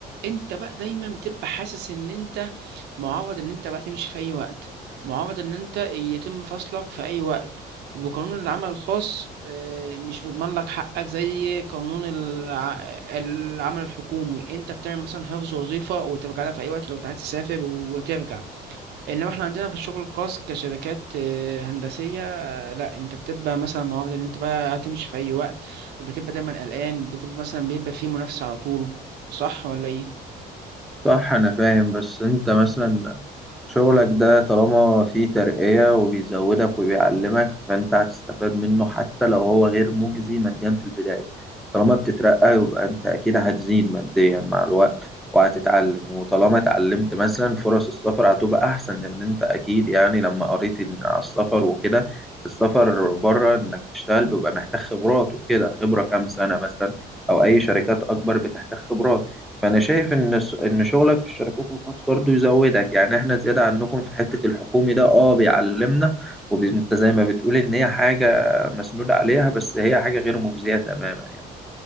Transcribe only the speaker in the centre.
صح أنا فاهم بس أنت مثلا شغلك ده طالما فيه ترقية وبيزودك وبيعلمك فأنت هتستفاد منه حتى لو هو غير مجزي ماديا في البداية طالما بتترقى يبقى أنت أكيد هتزيد ماديا مع الوقت وهتتعلم وطالما اتعلمت مثلا فرص السفر هتبقى أحسن لأن أنت أكيد يعني لما قريت إن على السفر وكده السفر بره إنك تشتغل بيبقى محتاج خبرات وكده خبرة كام سنة مثلا أو أي شركات أكبر بتحتاج خبرات فأنا شايف إن الس- إن شغلك في الشركات الخاصة برضو يزودك يعني إحنا زيادة عنكم في حتة الحكومي ده أه بيعلمنا وأنت زي ما بتقول إن هي حاجة مسنودة عليها بس هي حاجة غير مجزية تماما يعني